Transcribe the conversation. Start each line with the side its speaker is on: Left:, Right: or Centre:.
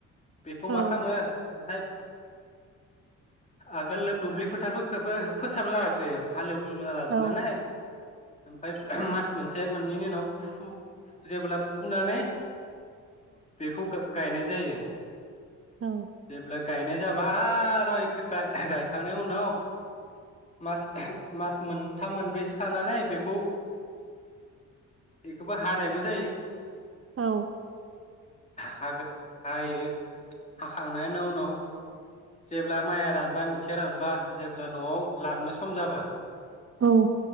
Left: बेखौ
Right: औ
Left: मा खामो नाथाय आगोल दुब्लि फोथारफोरखौबो फोसाबना लाग्रोयो हालेव ना लाजोबनानै
Right: औ
Left: ओमफाय मास मोनसे मोननैनि उनाव फु जेब्ला फुनानै बेखौ गा-गायनाय जायो
Right: औ
Left: जेब्ला गायनाय जाबा आर' इखौ गाय गायखांनाय उनाव मास मास मोन थाम मोनब्रै सो थानानै बेखौ इखौबो हानाय बो जायो
Right: औ
Left: हागो हायो हाखांनायानो उनाव जेब्ला माया रानबाय थिया रानबा जेब्ला न'आव लाबनो सम जाबा
Right: औ